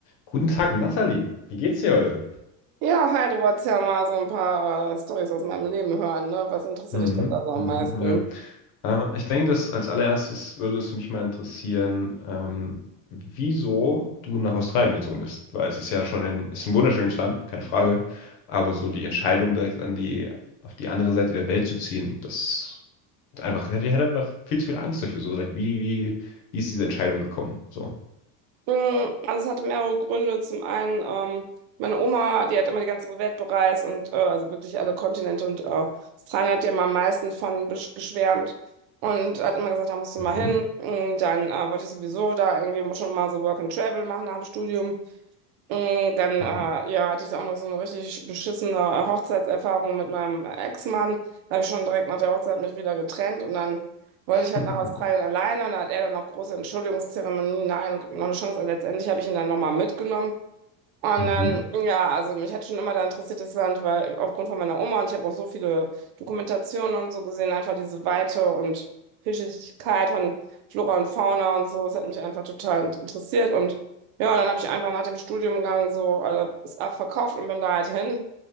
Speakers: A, on the left; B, on the right.
A: Guten Tag, Nathalie. Wie geht's dir heute?
B: Ja, hi, du wolltest ja mal so ein paar äh, Storys aus meinem Leben hören, ne? Was interessiert
A: Mhm,
B: dich denn da so am
A: mhm,
B: meisten?
A: ja. Äh, ich denke, dass als allererstes würde es mich mal interessieren, ähm, wieso du nach Australien gezogen bist. Weil es ist ja schon ein, es ist ein wunderschönes Land, keine Frage. Aber so die Entscheidung, direkt an die, auf die andere Seite der Welt zu ziehen, das hat einfach, ich hatte einfach viel zu viel Angst dafür. So, like, wie, wie, wie ist diese Entscheidung gekommen? So.
B: Hm, also es hatte mehrere Gründe. Zum einen, ähm, meine Oma, die hat immer die ganze Welt bereist und äh, also wirklich alle Kontinente und äh, Australien hat ja immer am meisten von besch- geschwärmt und hat immer gesagt, da musst du
A: Mhm,
B: mal hin. Hm, dann äh, wollte ich sowieso da irgendwie schon mal so Work and Travel machen nach dem Studium. Mm, Dann
A: mhm,
B: äh, ja, hatte ich auch noch so eine richtig beschissene Hochzeitserfahrung mit meinem Ex-Mann. Da habe ich schon direkt nach der Hochzeit mich wieder getrennt und dann
A: <laughs>
B: wollte ich halt nach Australien alleine und da hat er dann noch große Entschuldigungszeremonien. Nein, und gibt mir noch eine Chance. Und letztendlich habe ich ihn dann nochmal mitgenommen. Und
A: mhm,
B: dann, ja, also mich hat schon immer da interessiert das Land, weil aufgrund von meiner Oma und ich habe auch so viele Dokumentationen und so gesehen, einfach diese Weite und Vielschichtigkeit von Flora und Fauna und so, das hat mich einfach total in- interessiert. Und ja, dann habe ich einfach nach dem Studiengang so alles abverkauft und bin da halt hin.